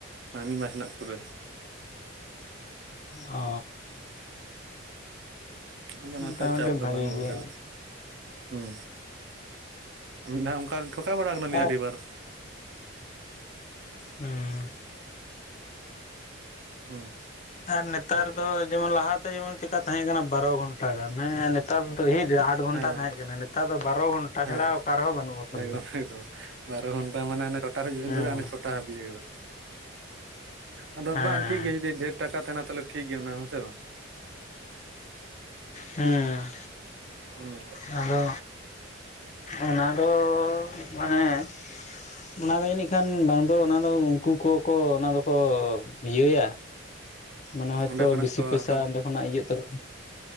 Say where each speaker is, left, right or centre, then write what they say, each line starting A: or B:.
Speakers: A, on the right (about 60°); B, on the left (about 35°).
A: ᱢᱤᱫ ᱢᱟᱥ ᱨᱮᱱᱟᱜ ᱯᱩᱨᱟᱹ᱾
B: ᱚ
A: ᱦᱩᱸ ᱚᱱᱟᱫᱚ
B: ᱢᱚᱴᱟᱢᱩᱴᱤ
A: ᱱᱟᱛᱮ ᱪᱟᱯ
B: ᱵᱷᱟᱜᱤ
A: ᱫᱚ ᱵᱟᱹᱱᱩᱜ-ᱟ
B: ᱜᱮᱭᱟ
A: ᱚᱸᱰᱮᱱᱟᱜ᱾ ᱦᱩᱸ ᱢᱤᱫ ᱫᱷᱟᱣ ᱚᱱᱠᱟ ᱴᱷᱚᱠᱟᱣ ᱵᱟᱲᱟ ᱠᱟᱱᱟᱞᱤᱧ
B: ᱟᱨ
A: ᱟᱹᱰᱤᱵᱟᱨ᱾
B: ᱦᱩᱸᱻ
A: ᱦᱩᱸ
B: ᱟᱨ ᱱᱮᱛᱟᱨ ᱫᱚ ᱡᱮᱢᱚᱱ ᱞᱟᱦᱟᱛᱮ ᱡᱮᱢᱚᱱ ᱪᱮᱠᱟ ᱛᱟᱦᱮᱸ ᱠᱟᱱᱟ ᱵᱟᱨᱚ ᱜᱷᱚᱱᱴᱟ ᱜᱟᱱ ᱦᱮ ᱱᱮᱛᱟᱨ ᱫᱚ ᱦᱤᱴ ᱟᱴ ᱜᱷᱚᱱᱴᱟ
A: ᱦᱮᱸ
B: ᱛᱟᱦᱮᱸ ᱠᱟᱱᱟ ᱱᱮᱛᱟᱨ ᱫᱚ ᱵᱟᱨᱚ ᱜᱷᱚᱱᱴᱟ
A: ᱦᱮᱸ
B: ᱪᱷᱟᱲᱟ ᱚᱠᱟ ᱨᱮᱦᱚᱸ ᱵᱟᱹᱱᱩᱜ ᱟᱠᱟᱫᱟ᱾
A: ᱮᱠᱫᱚᱢ ᱮᱠᱫᱚᱢ᱾ ᱵᱟᱨᱚ ᱜᱷᱚᱱᱴᱟ ᱢᱟᱱᱮ ᱚᱱᱮ ᱪᱷᱚᱴᱟ ᱠᱷᱚᱡ ᱵᱤᱱ
B: ᱦᱮᱸ
A: ᱫᱷᱩᱨᱟᱹᱜ-ᱟ ᱢᱟᱱᱮ ᱪᱷᱚᱴ ᱱᱚᱴᱟ ᱦᱟᱹᱵᱤᱡ ᱮᱠᱫᱚᱢ, ᱟᱫᱚ
B: ᱦᱮᱸ
A: ᱵᱟᱝ ᱴᱷᱤᱠ ᱜᱮᱭᱟ ᱡᱩᱫᱤ ᱰᱷᱮᱨ ᱴᱟᱠᱟ ᱛᱟᱦᱮᱱᱟ ᱛᱟᱦᱚᱞᱮ ᱴᱷᱤᱠ ᱜᱮᱭᱟ ᱚᱱᱟ ᱦᱮᱸᱥᱮ ᱵᱟᱝ?
B: ᱦᱩᱸ
A: ᱦᱩᱸ
B: ᱟᱫᱚ ᱚᱱᱟᱫᱚ ᱢᱟᱱᱮ
A: <unintelligible>
B: ᱚᱱᱟᱫᱚ ᱡᱟᱹᱱᱤᱡ ᱠᱷᱟᱱ ᱵᱟᱝ ᱫᱚ ᱚᱱᱟ ᱫᱚ ᱩᱱᱠᱩ ᱠᱚᱠᱚ ᱚᱱᱟ ᱫᱚᱠᱚ ᱤᱭᱟᱹᱭᱟ᱾ ᱢᱟᱱᱮ ᱦᱳᱭᱛᱚ
A: ᱚᱸᱰᱮ ᱠᱷᱚᱱᱟᱜ
B: ᱵᱮᱥᱤ
A: ᱠᱚ
B: ᱯᱚᱭᱥᱟ
A: ᱦᱟᱛᱟᱣ
B: ᱚᱸᱰᱮ ᱠᱷᱚᱱᱟᱜ ᱤᱭᱟᱹᱜ ᱛᱟᱠᱚ,